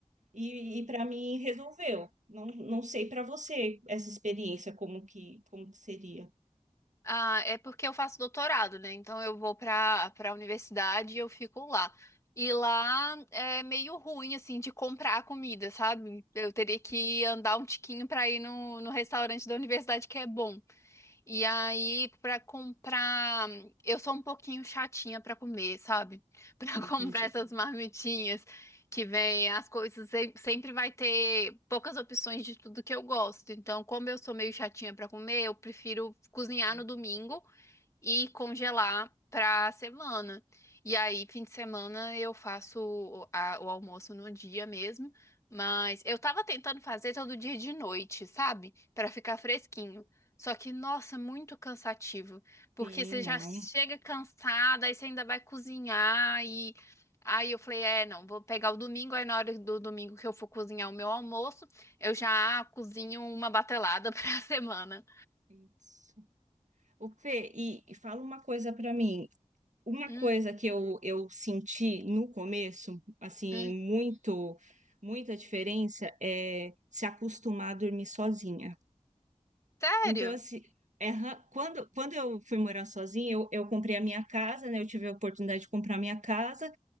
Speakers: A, on the right (about 80°); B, on the left (about 25°).
A: E, e para mim resolveu. Não, não sei para você essa experiência como que como que seria.
B: Ah, é porque eu faço doutorado, né? Então eu vou para para a universidade e eu fico lá. E lá é meio ruim, assim, de comprar a comida, sabe? Eu teria que andar um tiquinho para ir no, no restaurante da universidade que é bom. E aí, pra comprar, eu sou um pouquinho chatinha pra comer, sabe? <laughs> Pra
A: Ah, entendi.
B: comprar essas marmitinhas que vem as coisas, se- sempre vai ter poucas opções de tudo que eu gosto. Então, como eu sou meio chatinha pra comer, eu prefiro cozinhar
A: É.
B: no domingo e congelar pra semana. E aí, fim de semana, eu faço o, a- o almoço no dia mesmo. Mas eu tava tentando fazer todo dia de noite, sabe? Pra ficar fresquinho. Só que, nossa, muito cansativo. Porque
A: Sim,
B: você já
A: não.
B: chega cansada, aí você ainda vai cozinhar e. Aí eu falei, é, não, vou pegar o domingo, aí na hora do domingo que eu for cozinhar o meu almoço, eu já cozinho uma batelada <laughs> pra semana.
A: Isso. O Fê, e, e fala uma coisa para mim. Uma
B: Hum,
A: coisa que eu, eu senti no começo, assim,
B: hum.
A: muito, muita diferença é se acostumar a dormir sozinha.
B: Sério?
A: Então, assim, é ra- quando, quando eu fui morar sozinha, eu, eu comprei a minha casa, né? Eu tive a oportunidade de comprar a minha casa